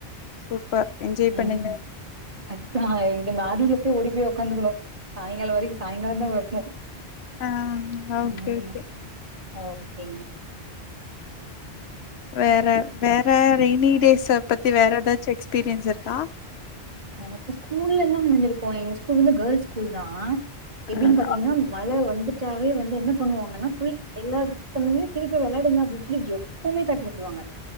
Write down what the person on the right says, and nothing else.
ம்
அதா எங்க மாடில போய் ஓடி போய் உக்காந்துக்கணு சாய்ங்காலோ வரைக்கூ சாய்ங்காலதா வர்ணூ
ம்
ஓகேங்க
எனக்கு ஸ்கூல்லெல்லா நெனஞ்சிருக்கோ எங்க ஸ்கூல் வந்து கேள்ஸ் ஸ்கூல்தா எப்டின்
பாத்திங்ன்னா மழ வந்துட்டாவே வந்து என்ன பண்ணுவாங்கன்னா ஃபுல் எல்லா பொண்ணுமே சிரிப்ப வெளையாடு <unintelligible> ப்போமே தாட்டி விட்ருவாங்க